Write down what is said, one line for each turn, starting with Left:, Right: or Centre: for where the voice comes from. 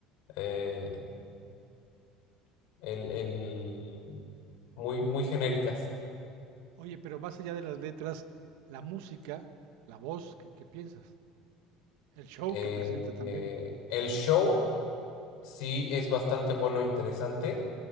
Left: eh, el, el- muy, muy genéricas.
Right: Oye, pero más allá de las letras, la música, la voz, ¿qué, qué piensas? El show
Left: Eh,
Right: que presenta también.
Left: el show sí es bastante bueno e interesante.